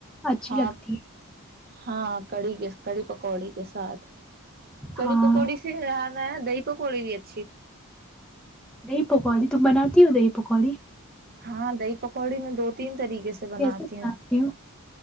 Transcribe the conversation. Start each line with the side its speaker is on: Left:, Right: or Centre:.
Centre: اچھی
Right: ہاں
Centre: لگتی ہے <unintelligible>
Right: ہاں کڑی کے کڑی پکوڑی کے ساتھ <unintelligible> کڑھی
Centre: ہاں
Right: پکوڑی سےا <unintelligible> دہ پکوی بھی ا <unintelligible>
Centre: دہی پکوالی تم بناتی ہو دہی پکوڑی <unintelligible>
Right: ہاں دہ پکوڑی میں دو تی <unintelligible> طریقے سے بناتی
Centre: کیسے
Right: ہوں
Centre: ہو